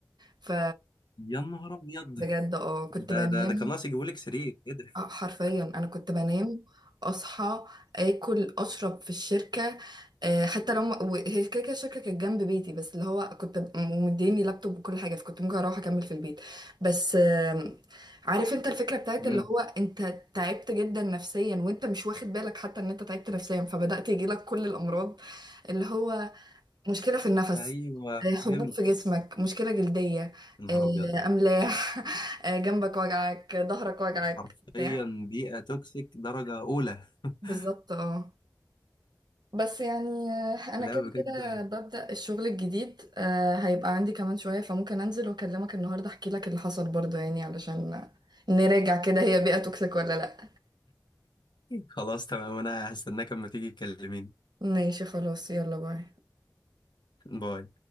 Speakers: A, on the right; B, on the left.
A: ف
B: يا نهار ابيض <laughs>
A: بجد اه كنت
B: ده
A: بنام
B: ده ده كان ناقص يجيبولك سرير كده
A: اه حرفيا انا كنت بنام اصحى اكل اشرب في الشركه آه، حتى لو ما- و- هي كده كده الشركه كانت جنب بيتي بس اللي هو كنت ب- مديني لابتوب وكل حاجه فكنت ممكن اروح اكمل في البيت بس آم، عارف انت الفكره بتاعت
B: امم
A: اللي هو انت تعبت جدا نفسيا وانت مش واخد بالك حتى ان انت تعبت نفسيا فبدات يجيلك كل الامراض اللي هو مشكلة في النفس
B: ايوه فهمت
A: آه، حبوب في جسمك مشكلة جلدية
B: يا نهار
A: آه،
B: ابيض
A: أملاح <laughs> آه، جنبك وجعك ظهرك وجعك
B: ده حرفيا
A: بتاع
B: بيئة توكسيك درجة أولى <laughs>
A: بالظبط اه بس يعني آه، أنا
B: لا
A: كده
B: بجد
A: كده ببدأ الشغل الجديد آه، هيبقى عندي كمان شوية فممكن أنزل وأكلمك النهاردة أحكي لك اللي حصل برضه يعني علشان نراجع كده هي بيئة توكسيك ولا لأ
B: خلاص تمام أنا هستناك أما تيجي تكلميني
A: ماشي خلاص يلا باي
B: باي